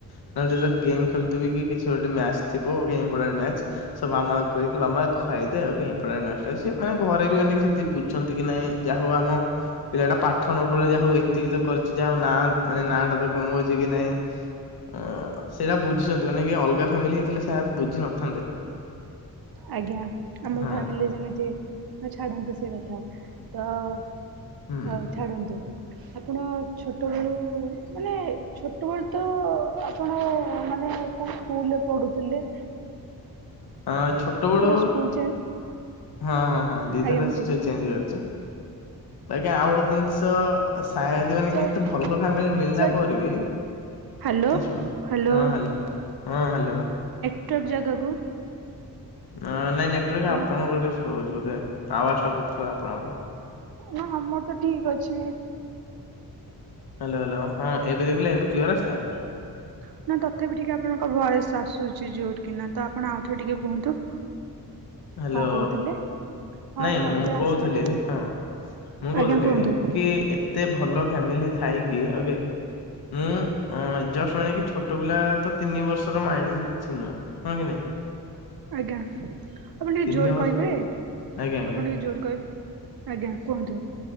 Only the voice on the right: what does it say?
ଆଜ୍ଞା ଆମ
ଫ୍ୟାମିଲି ଯେମିତି ଛାଡନ୍ତୁ ସେ କଥା ତ ଅ
ଛାଡ଼ନ୍ତୁ ଆପଣ ଛୋଟବେଳୁ ମାନେ ଛୋଟବେଳୁ ତ ଆପଣ ମାନେ କୋଉ ସ୍କୁଲରେ ପଢ଼ୁଥିଲେ?
ସ୍କୁଲ ଚେ
ଆଜ୍ଞା
ମୁଁ
କହୁଛି
ସାର୍
ସାର୍
ହ୍ୟାଲୋ
ହ୍ୟାଲୋ
ଟ୍ରକ୍ ଜାଗାକୁ
ହ୍ୟାଲୋ
ହଁ ଆମର ତ ଠିକ୍ ଅଛି।
<inaudible> ନା ତଥାପି ଟିକେ୍ ଆପଣଙ୍କ ଭଏସ୍ ଆସୁଛି ଜୋର କିନା ତ ଆପଣ ଆଉଥରେ ଟିକେ୍ କୁହନ୍ତୁ।
କଣ କହୁଥିଲେ? ହଁ
ହଁ
ଏବେ
ଆସିଲା
ଆଜ୍ଞା
କୁହନ୍ତୁ
ଆଜ୍ଞା। ଆପଣ ଟିକେ
ଜୋର
କହିବେ ଆପଣ
ଟିକେ ଜୋର କହିବେ ଆଜ୍ଞା କୁହନ୍ତୁ।